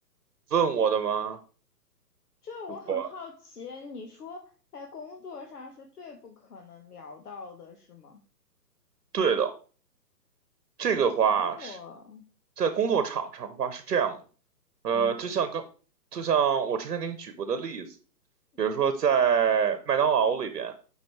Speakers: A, on the right; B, on the left.
A: 问我的吗？
B: 就是我很好奇，
A: 如果
B: 你说在工作上是最不可能聊到的，是吗？
A: 对的，这个话是
B: 哦，
A: 在工作场上的话是这样的，呃，
B: 嗯
A: 就像刚，就像我之前给你举过的例子，
B: 嗯，
A: 比如说在麦当劳里边，